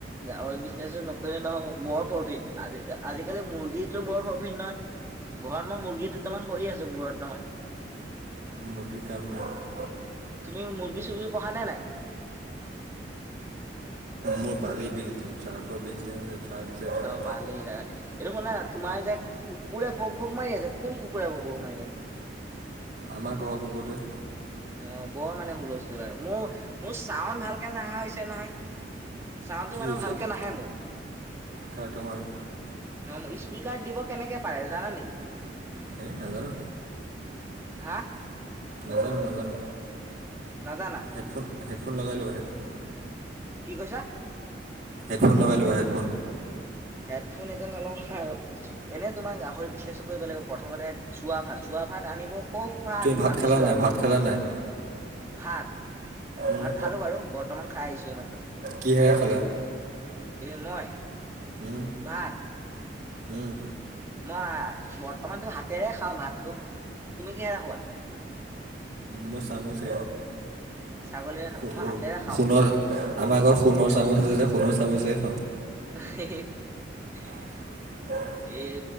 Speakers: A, on the right (about 15°); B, on the right (about 45°).
A: গাহৰি বিজনেছ টো নকৰিলে নহব বৰ প্ৰফিট আজ আজিকালি মুৰ্গীটো বৰ প্ৰফিট নহয় ঘৰত মই মুৰ্গী দুটামান পঢ়ি আছো বৰ্তমান
B: মুৰ্গীৰ কাম নাই
A: তুমি মুৰ্গী চুৰ্গী পঢা নে নাই
B: মোৰ বালি বিজনেছ ট্ৰাকৰ বিজনেচ ট্ৰাক যে ট্ৰাক।
A: অ বাল এৰা এইটো শুনা না তোমাৰ যে কুকুৰে ভূক ভূক মাৰি আছে কোন কুকুৰে ভূক ভূক মাৰি আছে
B: আমাৰ ঘৰৰ কুকৰটোৱে
A: অ বৰ মানে হুলস্থুল আৰু মোৰ মোৰ চাউন্ড ভালকে নহা হৈছে নহয় চাউন্ডটো
B: কি
A: মানে
B: হৈছে
A: ভালকে
B: এতিয়া?
A: নাহে মোৰ
B: কাৰ তোমাৰ?
A: অ স্পীকাৰ দিব কেনেকে পাৰে জানা নেকি
B: হেই নাজানো
A: হা
B: নাজানো নাজানো
A: নাজানা
B: হেডফোন হেডফোন লগাই ল'বা হেডফোন
A: কি কৈছা
B: হেডফোন লগাই ল'বা হেডফোন
A: হেডফোন এতিয়া নলওঁ আৰু এনে তোমাৰ গাহৰি বিজনেচো কৰিব লাগিব প্ৰথমতে চুৱা ভাত চুৱা ভাত আনিব কৰ পৰা
B: তুমি
A: আনিম
B: ভাত
A: আমি
B: খালা
A: চুৱা
B: নাই
A: ভি
B: ভাত খালা নাই
A: ভাত
B: উম
A: ভাত খালো বাৰু বৰ্তমান খাই আহিছো এই মাত্ৰ
B: কিহেৰে খালা
A: এই মই
B: হু
A: ভাত
B: হম
A: মই বৰ্তমানতো হাতেৰে খাওঁ ভাতটো তুমি কিহেৰে খোৱা
B: মই চামোচে
A: ছাগলীৰে খালা
B: সো
A: মই
B: সো
A: হাতেৰে খাওঁ
B: সোনৰ
A: মানে
B: আমাৰ ঘৰত সোণৰ চামুচ আছে যে সোণৰ চামুচে খাওঁ
A: <inaudible>
B: হয়।
A: এই